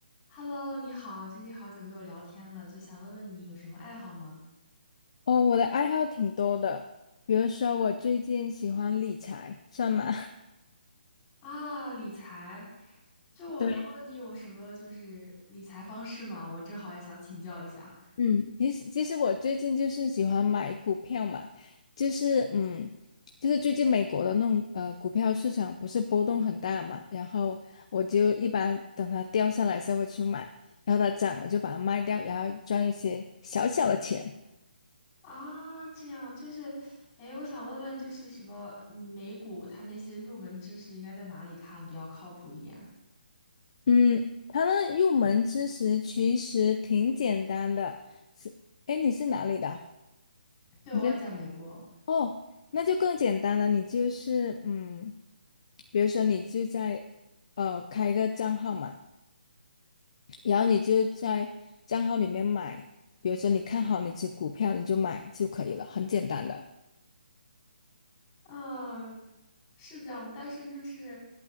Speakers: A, on the left; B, on the left.
A: Hello，你好，最近好久没有聊天了，就想问问你有什么爱好吗？
B: 哦，我的爱好挺多的，比如说我最近喜欢理财，算吗？
A: 啊，理财，
B: <laughs>
A: 就我能问你有什么就是理财方式吗？
B: 对，
A: 我正好也想请教一下。
B: 嗯，其实其实我最近就是喜欢买股票嘛，就是嗯，就是最近美国的那种呃股票市场不是波动很大嘛，然后我就一般等它掉下来才时候我去买，然后它涨我就把它卖掉，然后赚一些小小的钱。
A: 啊，这样就是，哎，我想问问就是什么嗯美股它那些入门知识应该在哪里看比较靠谱一点？
B: 嗯，它那入门知识其实挺简单的，是，哎，你是哪里的？
A: 对，
B: 你跟。
A: 我也在美国。
B: 哦，那就更简单了。你就是嗯，比如说你就在呃开一个账号嘛，然后你就在账号里面买，比如说你看好哪只股票，你就买就可以了，很简单的。
A: 嗯，是这样的，但是就是